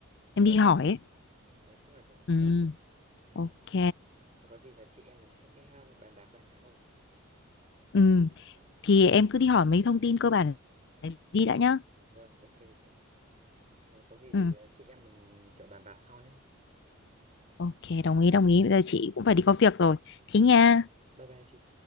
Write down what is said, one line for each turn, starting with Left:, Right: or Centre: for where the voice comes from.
Right: chắc
Left: em đi
Right: là được
Left: hỏi
Right: chị.
Left: ấy.
Right: đấy chắc là được
Left: Ừm, ok
Right: đó Thì có gì là chị em mình sẽ à, bàn bạc lại sau
Left: Ừm, thì em cứ đi hỏi mấy thông tin cơ bản này đi đã nhá
Right: vâng ok chị đấy có gì
Left: Ừm,
Right: thì à, chị em mình kiểu bàn bạc sau nhá
Left: ok đồng ý
Right: được.
Left: đồng ý bây giờ chị cũng phải đi có việc rồi thế nha
Right: ok. bye bye chị